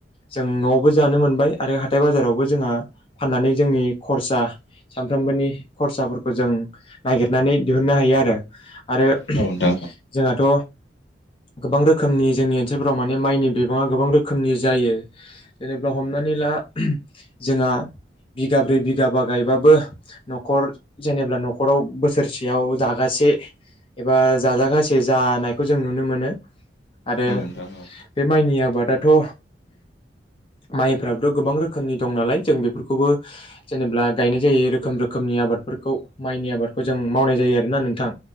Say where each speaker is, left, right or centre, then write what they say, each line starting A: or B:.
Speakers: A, on the left; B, on the left.
A: जों न' जानो मोनबाय आरो हाथाइ बाजारावबो जोंहा फाननानै जोंनि खरसा सानफ्रोमबोनि खरसाफोरखौ जों नागिरनानै दिहुननो हायो आरो आरो
B: औ नोंथां
A: जोंहाथ' गोबां रोखोमनि जोंनि ओनसोलफोराव माने माइनि बिबांङा गोबां रोखोमनि जायो जेनेबा हमनानै ला जोंहा। बिगाब्रै बिगाबा गायबाबो न'खर जेनेब्ला न'खराव बोसोरसेयाव जागासि जे एबा जाजागासे जानायखौ जों नुनो मोनो आरो
B: औ नोंथां औ
A: बे माइनि आबादाथ' माइफ्राबोथ गोबां रोखोमनि दं नालाय जों बेफोरखौबो जेनेबा गायनाय जायो रोखोम रोखोमनि नि आबादफोरखौ माइनि आबादखौ जों मावनाय जायो आरोना नोंथां